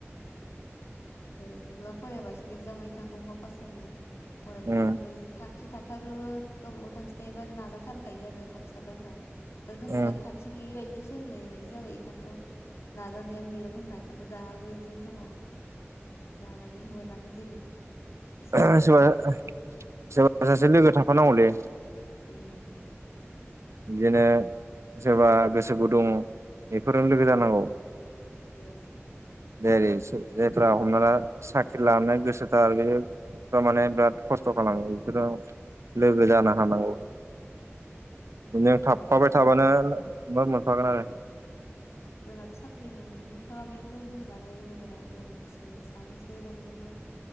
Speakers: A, on the left (about 75°); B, on the right (about 80°).
A: ओरैनोल' फरायबासिनो एक्जाम हैनो थांबा अहा पास जानो फरायनोबो
B: उम
A: नांलबाय थांखि थाथ थारो गावबा गाव थांखि थायोबा नाजाथारखायो आरो थांखि थाग्राफ्रा। दा जोंफोरा
B: उम
A: थांखि गैयि बायदि से होननाय बायदि जाबाय खायन्थ' नाजानायानो गैया जोंना खायथ' दाबो बिदिनो दङ। दलागि मोनाखै जेबो। साक्सेस
B: ओ
A: जानो
B: सोरबा
A: हायाखै
B: सोरबा सासे लोगो थाफानांगौलै।
A: उम
B: बिदिनो सोरबा गोसो गुदुं बेफोरनो लोगो जानांगौ।
A: ओं
B: देरै सो जायफ्रा हमना ला साख्रि लानो गोसोथार आरो बे थारमाने बिराद खस्थ' स्थ' खालामो बिफोरो लोगो जानो
A: उम
B: हानांगौ। नों थाफाबाय
A: जोंनाथ'
B: थाबानो
A: बहुद
B: मा मोनफागोन आरो।
A: जोंनाथ' साख्रि मोनजोब फ्रामबायानो बुहुदआनो लोगोफोरा जोंसो सानैसो दंबावो आरो।